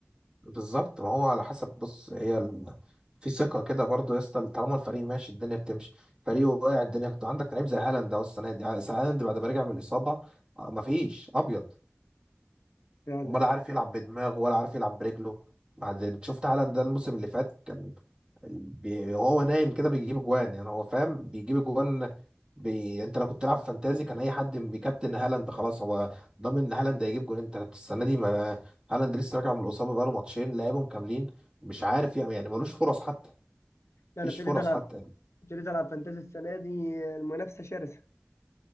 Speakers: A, on the right (about 20°); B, on the left (about 80°).
A: بالظبط ما هو على حسب بص هي ال... في ثقة كده برضه يا اسطى طالما الفريق ماشي الدنيا بتمشي فريق واقع الدنيا بت... عندك لعيب زي هالاند اهو السنة دي هالاند بعد ما رجع من الإصابة آه، مفيش أبيض
B: فعلا
A: ولا عارف يلعب بدماغه ولا عارف يلعب برجله بعد شفت هالاند ده الموسم اللي فات كان بي... وهو نايم كده بيجيب اجوان يعني هو فاهم بيجيب اجوان بي... انت لو كنت تلعب فانتازي كان اي حد بيكابتن هالاند خلاص هو ضامن ان هالاند هيجيب جون انت السنه دي ما هالاند لسه راجع من الاصابه بقاله ماتشين لعبهم كاملين مش عارف يعني يعني ملوش فرص حتى
B: أنا
A: مفيش
B: ابتديت
A: فرص
B: ألعب
A: حتى
B: ابتديت ألعب فانتازي السنة دي المنافسة شرسة